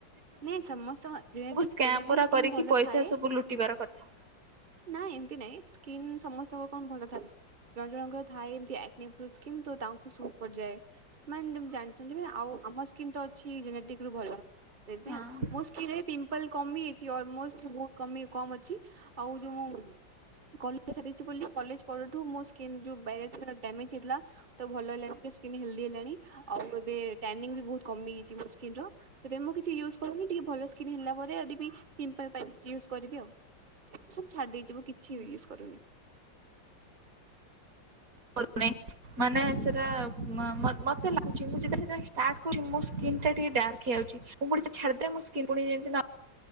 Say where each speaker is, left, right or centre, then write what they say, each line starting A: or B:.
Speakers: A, on the right; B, on the right.
A: ନାଇଁ ସମସ୍ତଙ୍କ ଜେନେଟିକ
B: ସ୍କାମ୍
A: ଜେନେଟିକ
B: ଗୁରା
A: ସ୍କିନ
B: କରିକି
A: ଭଲ
B: ପଇସା
A: ଥାଏ
B: ସବୁ ଲୁଟିବାର କଥା।
A: ନାଇଁ ଏମିତି ସ୍କିନ ସମସ୍ତ କଣ ଭଲ ଥାଏ ଜଣେ ଜଣଙ୍କର ଥାଏ ଏମତି କିନ୍ତୁ ତାଙ୍କୁ <unintelligible> ପଡିଯାଏ ସେମାନେ ଜାଣିଛନ୍ତି ଆଉ ଆମ ସ୍କିନ୍ ତ ଅଛି ଜେନେଟିକ ରୁ ଭଲ। ଦେବେ
B: ହଁ।
A: ଆଉ ମୁସ୍କିରରେ ପିମ୍ପଲ କମିଯାଇଛି। ଅଲମୋଷ୍ଟ ବହୁ କମ୍ ଅଛି ଆଉ ଯୋଉ ମୁଁ କଲେଜ କଲେଜ ପରଠୁ ମୋ ସ୍କିନ ଯୋଉ ଡାମେଜ ହେଇଥିଲା ତ ଭଲ ହେ ସ୍କିନ ହେଲଦି ହେଲାଣି ଆଉ ଏମିତି ରେ ବି ବହୁତ କମି ଯାଇଛି ମୋ ସ୍କିନର ମୁଁ ୟୁଜ୍ କରୁନି ଟିକେ ଭଲ ସ୍କିନ୍ ହେଲା ପରେ ଯଦି ପିମ୍ପଲ୍ ପାଇଁ ୟୁଜ୍ କରିବି ଆଉ। ଏ ସବୁ ଛାଡି ଦେଇଛି ମୁଁ କିଛି
B: ହୁଁ।
A: ବି ୟୁଜ କରୁନି।
B: କରୁନି। ମାନେ ସେଟା ମତେ ଲାଗୁଛି ମୁଁ ଯେତେବେଳେ ଷ୍ଟାର୍ଟ କରୁଛି ମୋ ସ୍କିନ ଟା ଟିକେ ଡାର୍କ ହେଇ ମୁଁ ପୁଣି ଛାଡ଼ିଦେଲେ <unintelligible> ପୁଣି ଯେମିତି ନ